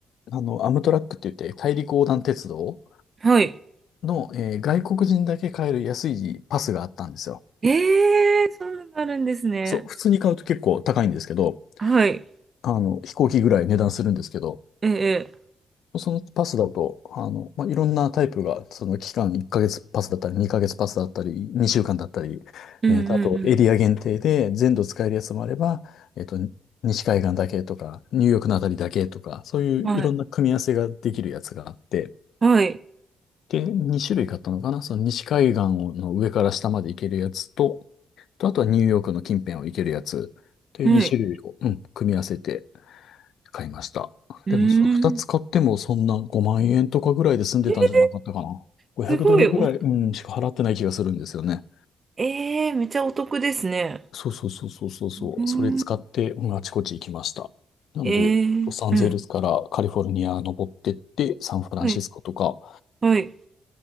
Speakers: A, on the left (about 75°); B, on the right (about 30°).
A: あの、アムトラックって言って大陸横断鉄道
B: はい。
A: の、えー外国人だけ買える安いパスがあったんですよ。
B: ええそんなのあるんですね。
A: そう、普通に買うと結構高いんですけど、
B: はい。
A: あの、飛行機ぐらい値段するんですけど、
B: ええ
A: そのパスだと、あの、まあ、いろんなタイプが、その期間1ヶ月パスだったり、2ヶ月パスだったり、2週間だったり、
B: うん、
A: えーと、
B: う
A: あとエリア限定で全土使えるやつもあれば、
B: ん、
A: えっと、西海岸だけとか、ニューヨークのあたりだけとか、そういういろんな組み合わせができるやつがあって、
B: うん。はい。はい。
A: で、2種類買ったのかなその西海岸の上から下まで行けるやつと、と、あとはニューヨークの近辺を行けるやつという2種類を、
B: はい。
A: うん、組み合わせて買いました。
B: うー
A: でも、その2つ買ってもそんな5万円とかぐらいで済んでたんじゃなかったかな。
B: ん。えー
A: 500ドルぐらい、
B: すごいお、
A: うん、しか払ってない気がするんですよね。
B: えーめちゃお得ですね。
A: そうそうそうそうそうそう。
B: うん
A: それ使って、うん、あちこち行きました。なんで、
B: えーうん。
A: ロサンゼルスからカリフォルニア登ってって、サンフランシスコとか、
B: はい。はい。